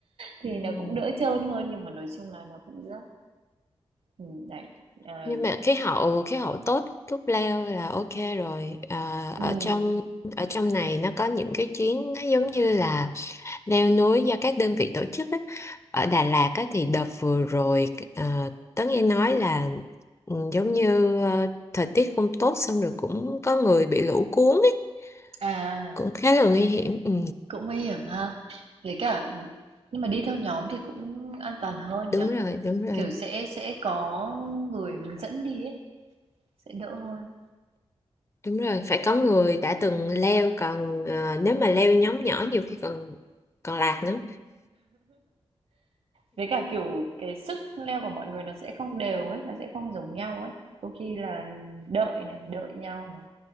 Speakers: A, on the right; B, on the left.
A: thì nó
B: Ừ.
A: cũng đỡ trơn hơn nhưng mà nói chung là nó cũng dốc Ừm, đấy à,
B: Nhưng mà khí hậu khí hậu tốt lúc leo là ok rồi. À,
A: ừm.
B: ở trong ở trong này nó có những cái chuyến nó giống như là leo núi do các đơn vị tổ chức á. Ở Đà Lạt á, thì đợt vừa rồi ờ, Tớ nghe nói là ừ, giống như ờ, thời tiết không tốt xong rồi cũng có người bị lũ cuốn ấy
A: à
B: cũng khá là nguy hiểm ừ.
A: cũng nguy hiểm ha với cả nhưng mà đi theo nhóm thì cũng an toàn hơn
B: Đúng
A: nhở
B: rồi đúng rồi
A: kiểu sẽ sẽ có người hướng dẫn đi ấy sẽ đỡ hơn
B: đúng rồi phải có người đã từng leo còn ờ, nếu mà leo nhóm nhỏ nhiều khi còn còn lạc nữa
A: Với cả, kiểu, cái sức leo của mọi người nó sẽ không đều ấy, nó sẽ không giống nhau ấy. Đôi khi là đợi này, đợi nhau này,